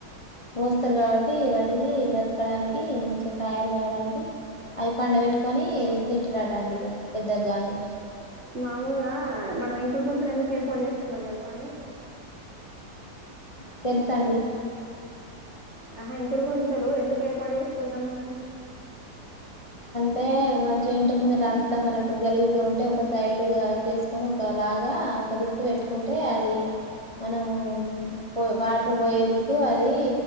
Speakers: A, on the left (about 20°); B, on the right (about 40°).
A: పోఊస్తారు కాబట్టి టి ఒకటి వాటికి వెక్కడానికి కొంచ కాయలు కాయడానికి అవి పండ పెట్టుకొని తింటున్నటండి ఇక పెద్ద గంగిని
B: మామూలుగా మనం ఇంకుడు గుంతలు ఎందుకు ఏర్పాటు చేసుకుంటాం చెప్పండి
A: తెంతతాండి
B: ఆహా ఇంపుడు గొంతలు ఎందుకు ఏర్పాటు చేసు కుంము
A: టె కొంచెం ఇంటి ముందు అంతా మనకు గలిదుగా ఉంటే ఒక సైడ్గా చేసుకొని ఒక లాగా ఒక దిక్కు పెట్టుకుంటే అది మనం పో వాటర్ పోయే దిక్కు అది